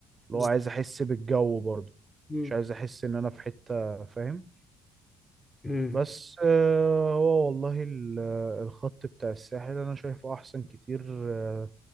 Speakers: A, on the right (about 30°); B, on the left (about 15°).
A: اللي
B: بالظبط.
A: هو عايز احس بالجو برضو
B: امم
A: مش عايز احس ان انا في حتة فاهم
B: امم
A: بس آه، هو والله ال- الخط بتاع الساحل انا شايفه احسن كتير آه،